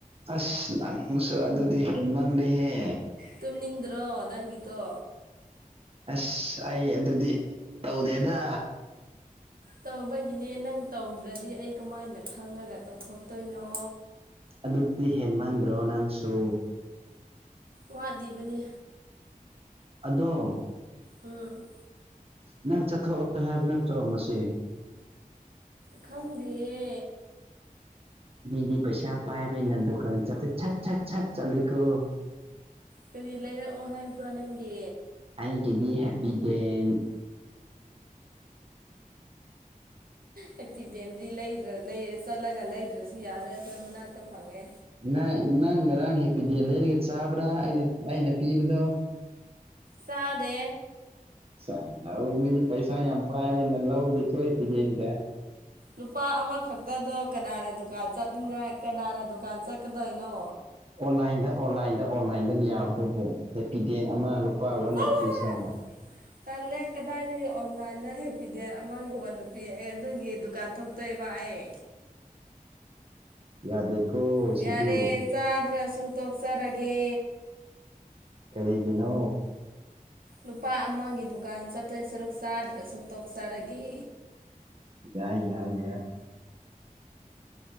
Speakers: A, on the right (about 40°); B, on the right (about 80°).
A: ꯑꯁ ꯅꯪꯁꯨ ꯑꯗꯨꯗꯤ ꯍꯦꯃꯜꯂꯦꯍꯦ꯫
B: ꯇꯨꯝꯅꯤꯡꯗ꯭ꯔꯣ ꯅꯪꯒꯤꯗꯣ꯫
A: ꯑꯁ ꯑꯩ ꯑꯗꯨꯗꯤ ꯇꯧꯗꯦꯗ꯫
B: ꯇꯧꯕꯒꯤꯅꯦ ꯅꯪ ꯇꯧꯗ꯭ꯔꯗꯤ ꯑꯩ ꯀꯃꯥꯏꯅ ꯈꯪꯉꯒ ꯇꯧꯊꯣꯛꯇꯣꯏꯅꯣ꯫
A: ꯑꯗꯨꯗꯤ ꯍꯦꯟ ꯃꯥꯟꯗ꯭ꯔꯣ ꯅꯪꯁꯨ꯫
B: ꯋꯥꯠꯂꯤꯕꯅꯦ꯫
A: ꯑꯗꯣ
B: ꯎꯝ
A: ꯅꯪ ꯆꯠꯊꯣꯛꯑꯒꯦ ꯍꯥꯏꯕ ꯅꯠꯇ꯭ꯔꯣ ꯉꯁꯤ꯫
B: ꯈꯪꯗꯤꯌꯦ꯫
A: ꯃꯤꯗꯤ ꯄꯩꯁꯥ ꯄꯥꯏꯕꯅꯤꯅ ꯗꯨꯀꯥꯟ ꯆꯠꯄꯖꯦ ꯁꯠ ꯁꯠ ꯁꯠ ꯆꯠꯂꯤꯀꯣ꯫
B: ꯀꯔꯤ ꯂꯩꯔꯛꯑꯣ ꯍꯥꯏꯕ꯭ꯔꯣ ꯅꯪꯒꯤ꯫
A: ꯑꯩꯒꯤꯗꯤ ꯍꯦꯄꯤꯗꯦꯟ꯫
B: ꯍꯦꯄꯤꯗꯦꯟꯗꯤ ꯂꯩꯗ꯭ꯔ ꯂꯩꯔꯦ ꯆꯠꯂꯒ ꯂꯩꯗ꯭ꯔꯁꯨ ꯌꯥꯔꯦ ꯑꯩꯈꯣꯏ ꯃꯅꯥꯛꯇ ꯐꯪꯉꯦ꯫
A: ꯅꯪ ꯅꯪ ꯉꯔꯥꯡ ꯍꯦꯄꯤꯗꯦꯟ ꯂꯩꯔꯒ ꯆꯥꯕ꯭ꯔꯥ ꯑꯩꯅ ꯑꯩꯅ ꯄꯤꯕꯗꯣ꯫
B: ꯆꯥꯗꯦ
A: <unintelligible> ꯃꯤꯗꯤ ꯄꯩꯁꯥ ꯌꯥꯝ ꯄꯥꯏꯕꯅꯤ ꯂꯧ ꯀꯣꯏ ꯄꯤꯗꯤꯡꯗꯦ꯫
B: ꯂꯨꯄꯥ ꯑꯃꯈꯛꯇꯗꯣ ꯀꯅꯥꯅ ꯗꯨꯀꯥꯟ ꯆꯠꯅꯤꯡꯉꯥꯏ ꯀꯅꯥꯅ ꯗꯨꯀꯥꯟ ꯆꯠꯀꯗꯣꯏꯅꯣ꯫
A: ꯑꯣꯟꯂꯥꯏꯟꯗ ꯑꯣꯟꯂꯥꯏꯟꯗ ꯑꯣꯟꯂꯥꯏꯟꯗ ꯌꯥꯕꯗꯨꯕꯨ ꯍꯦꯄꯤꯗꯦꯟ ꯑꯃ ꯂꯨꯄꯥ ꯋꯥꯟ
B: ꯆꯠꯂꯣ
A: ꯔꯨꯄꯤꯁ ꯍꯥꯏꯅ꯫
B: <inaudible> ꯇꯜꯂꯦ ꯀꯗꯥꯏꯗꯒꯤ ꯑꯣꯟꯂꯥꯏꯟꯗ ꯍꯦꯄꯤꯗꯦꯟ ꯑꯃ ꯌꯣꯟꯕ ꯄꯤ ꯑꯩ ꯑꯗꯨꯒꯤ ꯗꯨꯀꯥꯟ ꯊꯣꯛꯇꯣꯏꯕ ꯑꯩ꯫
A: ꯌꯥꯗꯦꯀꯣ
B: ꯌꯥꯔꯦ
A: ꯁꯤꯗꯤ
B: ꯆꯥꯗ꯭ꯔꯁꯨ ꯇꯣꯛꯆꯔꯒꯦ
A: ꯀꯔꯤꯒꯤꯅꯣ
B: ꯂꯨꯄꯥ ꯑꯃꯒꯤ ꯗꯨꯀꯥꯟ ꯆꯠꯇꯣꯏ ꯁꯔꯨꯛ ꯆꯥꯗ꯭ꯔꯁꯨ ꯇꯣꯛꯆꯔꯒꯦ
A: ꯌꯥꯏ ꯌꯥꯏ ꯌꯥꯏ